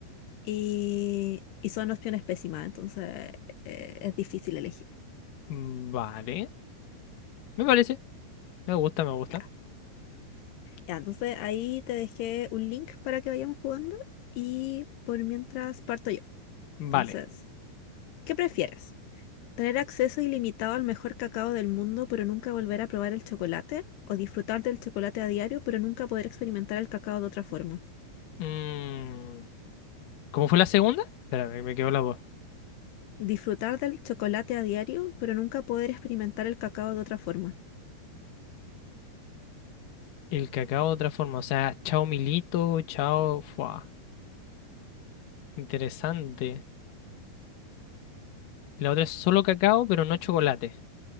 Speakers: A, on the left; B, on the left.
A: y, y son opciones pésimas, entonces eh, es difícil elegir.
B: mm, vale. Me parece, me gusta, me gusta.
A: Ya. Ya, entonces ahí te dejé un link para que vayamos jugando y por mientras parto yo.
B: Vale.
A: Entonces, ¿qué prefieres? ¿Tener acceso ilimitado al mejor cacao del mundo, pero nunca volver a probar el chocolate? ¿O disfrutar del chocolate a diario, pero nunca poder experimentar el cacao de otra forma?
B: Mm, ¿cómo fue la segunda? Espérame, me quedó la voz.
A: Disfrutar del chocolate a diario, pero nunca poder experimentar el cacao de otra forma.
B: El cacao de otra forma, o sea, chao Milito, chao... Fua, interesante. Y la otra es solo cacao, pero no chocolate.